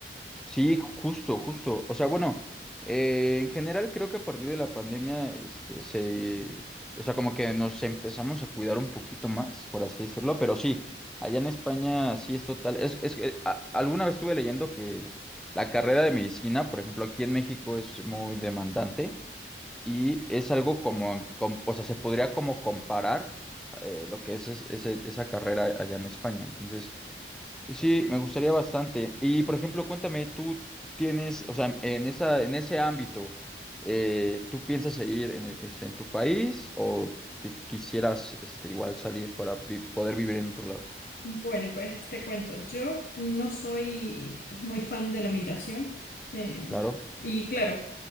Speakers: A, in the centre; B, on the left.
A: Sí, justo, justo. O sea, bueno, eh, en general creo que a partir de la pandemia, este, se, o sea, como que nos empezamos a cuidar un poquito más, por así decirlo, pero sí, allá en España sí es total. Es, es que a- alguna vez estuve leyendo que la carrera de medicina, por ejemplo, aquí en México es muy demandante y es algo como, com- o sea, se podría como comparar eh, lo que es, es- ese- esa carrera allá en España. Entonces, Sí, me gustaría bastante. Y por ejemplo, cuéntame, tú tienes, o sea, en esa, en ese ámbito, eh, ¿tú piensas seguir en, este, en tu país o te quisieras este, igual salir para vi- poder vivir en otro lado?
B: Bueno, pues te cuento, yo no soy muy fan de la migración eh,
A: Claro,
B: y claro,